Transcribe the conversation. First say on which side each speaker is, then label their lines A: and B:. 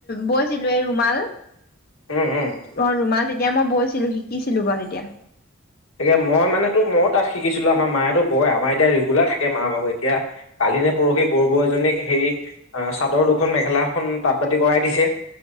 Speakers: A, on the left; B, on the left.
A: বৈছিলোঁ এই ৰুমাল অ ৰুমাল
B: উম, উম,
A: ৰুমাল, তেতিয়া মই বৈছিলো, শিকিছিলো বাৰু তেতিয়া।
B: তাকে মই মানেটো মইয়ো তাত শিকিছিলো, আমাৰ মায়েতো বয়, আমাৰ এতিয়া ৰেগুলাৰ থাকে মাৰ ভাগৰ এতিয়া এতিয়া কালিনে পৰহি বৰ বৌ এজনীক হেৰি চাদৰ দুখন, মেখেলা, এখন তাঁত-বাতি কৰাই দিছে।